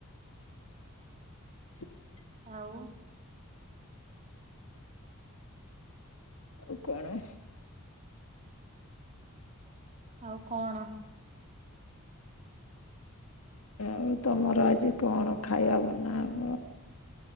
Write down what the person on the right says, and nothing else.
ଆଉ?
ଆଉ କଣ?